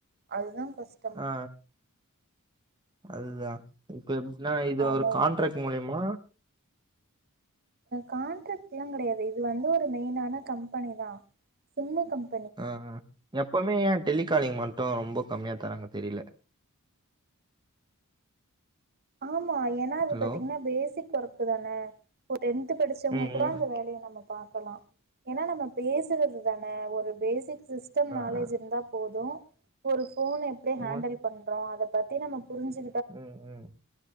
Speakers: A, on the right; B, on the right.
A: அதுதா கஷ்
B: ஆ அதுதா இப்ப எப்டினா இது
A: ஆமா
B: ஒரு கான்ட்ராக்ட் மூலியமா
A: கான்ட்ராக்ட்லா கெடையாது இது வந்து ஒரு மெயினான கம்பெனி தா சிம்மு கம்
B: ஆ எப்பமே ஏ டெலிகாலிங் மட்டு ரொம்ப கம்மியா தராங்க தெரில
A: ஆமா ஏன்னா அது
B: ஹலோ
A: பாத்தீங்கன்னா பேசிக் ஒர்க்கு தான இப்போ டென்து படிச்சவங்க
B: ம்
A: கூட
B: ம்
A: அந்த வேலைய நமக் பாக்கலா ஏன்னா நம்ம பேசுறது தான ஒரு பேசிக் சிஸ் டம்
B: ஆ,
A: நாளேட்ஜ்
B: ஆ.
A: இருந்தா போது ஒரு ஃபோன எப்டி ஹாண்டல்
B: மோ-
A: பண்றோ அத பத்தி நம்ப புரிஞ்சு
B: ம் ம்